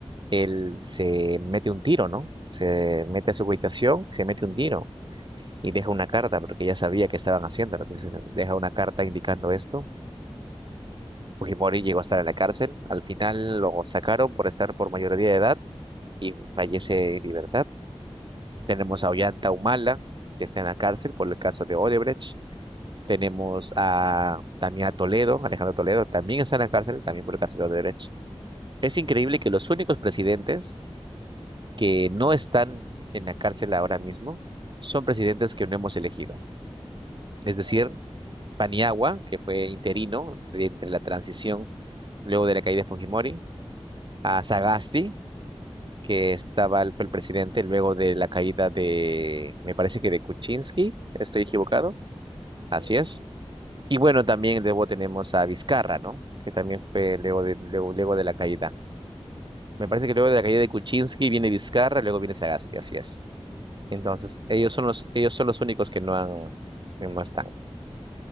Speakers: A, on the right; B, on the right.
A: él se mete un tiro, ¿no? Se mete a
B: Claro,
A: su habitación, se mete un tiro y deja una carta porque ya sabía que estaban haciendo. Entonces deja una carta indicando esto. Fujimori llegó a estar en la cárcel. Al final lo sacaron por estar por mayoría de edad y fallece en libertad. Tenemos
B: sí.
A: a Ollanta Humala, que está en la cárcel por el caso de Odebrecht. Tenemos a también a Toledo, Alejandro Toledo, también está en la cárcel, también por el caso de Odebrecht. Es increíble
B: Mm,
A: que los únicos presidentes que no están en la cárcel ahora mismo son presidentes que no hemos elegido. Es
B: exacto.
A: decir, Paniagua, que fue interino de entre la transición luego de la caída de Fujimori, a Sagasti, que
B: Mm,
A: estaba, fue el presidente luego de la caída de, me parece que de Kuczynski, estoy equivocado,
B: sí,
A: así
B: sí, sí.
A: es.
B: sí.
A: Y bueno, también luego tenemos a Vizcarra, ¿no? Que también fue luego de, luego, luego de la caída. Me
B: Mm,
A: parece que luego de la caída de Kuczynski viene Vizcarra, luego viene Sagasti, así es. Entonces,
B: bueno,
A: ellos son
B: bueno.
A: los, ellos son los únicos que no han, que no están.